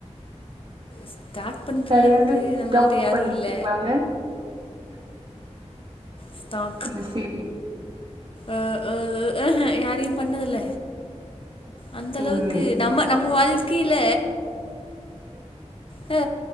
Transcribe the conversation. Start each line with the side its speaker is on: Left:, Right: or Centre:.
Left: ஸ்டாக் பண்ற
Right: யாரயாது
Left: அளவுக்கு
Right: ஸ்டம்
Left: நம்மள்ட்ட யாரு
Right: பண்ணிருக்கிங்ளாங்க
Left: இல்ல ஸ்டாக்
Right: அந்த <unintelligible>
Left: அ அ அ ஹ யாரையு பண்ணதுல்ல அந்தளவுக்கு
Right: ம்
Left: நம்ம நம் வாழ்க்கைல ல